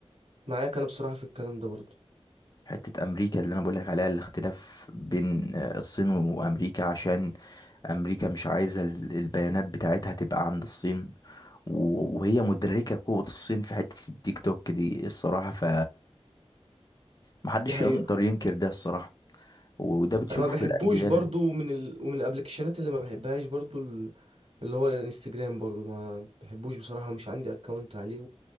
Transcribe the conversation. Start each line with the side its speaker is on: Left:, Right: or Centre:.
Right: معاك انا بصراحة في الكلام ده برضو
Left: حتة امريكا اللي انا بقول لك عليها الاختلاف بين آه، الصين وامريكا عشان امريكا مش عايزه ال- البيانات بتاعتها تبقى عند الصين و- وهي مدركه قوه الصين في حته التيك توك دي الصراحه ف محدش
Right: دي حقيقة
Left: يقدر ينكر ده الصراحه وده بتشوفه
Right: انا ما بحبوش
Left: في الاجيال
Right: برضو من ال... ومن الابلكيشنات اللي ما بحبهاش برضو ال... اللي هو الانستجرام برضو ما بحبوش بصراحة ومش عندي اكونت عليه